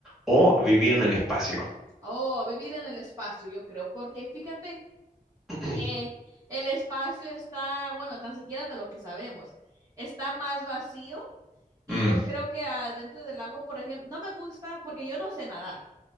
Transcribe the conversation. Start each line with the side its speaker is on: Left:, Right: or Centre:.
Centre: ¿O vivir en el espacio?
Right: Oh, a vivir en el espacio, yo creo, porque fíjate
Centre: <clears throat>
Right: que el espacio está, bueno, tan siquiera de lo que sabemos, está más vacío y
Centre: Mm.
Right: yo creo que adentro del agua, por ejemplo, no me gusta porque yo no sé nadar.